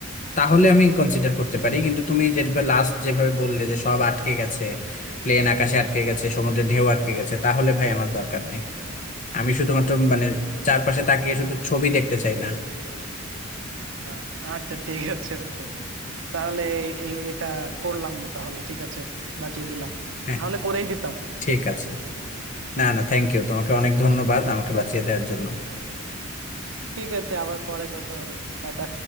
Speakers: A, on the left; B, on the right.
A: তাহলে
B: হুম
A: আমি কনসিডার করতে পারি কিন্তু তুমি যেভাবে লাস্ট যেভাবে বললে যে সব আটকে গেছে প্লেন আকাশে আটকে গেছে সমুদ্রের ঢেউ আটকে গেছে তাহলে ভাই আমার দরকার নাই আমি শুধুমাত্র মানে চারপাশে তাকিয়ে শুধু ছবি দেখতে চাই না
B: আ- আচ্ছা ঠিক আছে ওকে তাহলে এ- এটা করলাম না তাহলে ঠিক আছে বাঁচিয়ে দিলাম
A: হ্যাঁ
B: নাহলে করেই দিতাম
A: ঠিক আছে না না থ্যাংক ইউ তোমাকে অনেক ধন্যবাদ আমাকে বাঁচিয়ে দেওয়ার জন্য
B: ঠিক আছে আবার পরে কথা হবে টাটা